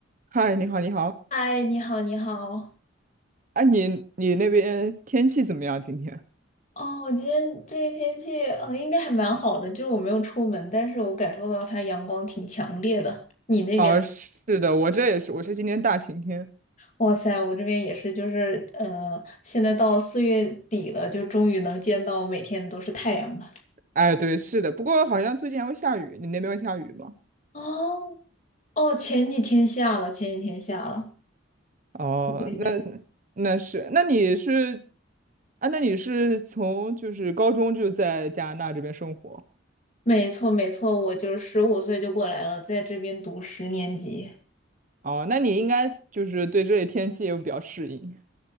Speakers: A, on the right; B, on the left.
A: 嗨，你好，你好。
B: 嗨，你好，你好。
A: 哎、你你那边天气怎么样今天？
B: 哦，我今天这个天气，呃，应该还蛮好的，就是我没有出门，但是我感受到它阳光挺强烈的。你那边？
A: 哦，是的，我这也是，我是今天大晴天。
B: 哇塞，我这边也是，就是呃，现在到四月底了，就终于能见到每天都是太阳了。
A: 哎，对，是的，不过好像最近还会下雨，你那边会下雨吗？
B: 哦哦，前几天下了，前几天下了。
A: 哦，
B: 最近。
A: 那那是，那你是，啊，那你是从就是高中就在加拿大这边生活，
B: 没错没错，我就是十五岁就过来了，在这边读十年级。
A: 哦，那你应该就是对这里天气也比较适应。